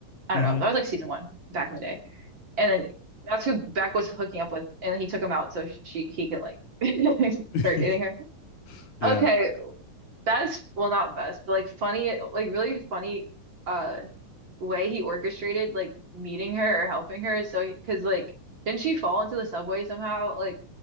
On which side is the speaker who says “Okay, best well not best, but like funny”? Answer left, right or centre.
Right